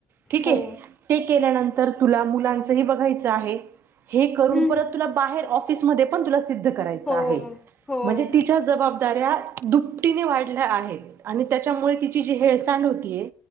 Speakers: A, on the right (about 55°); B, on the left (about 15°).
A: ठीक
B: हो
A: आहे ते केल्यानंतर तर तुला मुलांचही बघायचं आहे हे करून
B: हम्म
A: परत तुला बाहेर ऑफिसमध्ये पण तुला सिद्ध करायचा
B: हो
A: आहे
B: हो
A: म्हणजे तिच्या जबाबदाऱ्या दुप्टीने वाढल्या आहेत आणि त्याच्यामुळे तिची जी हेळसांड होतीय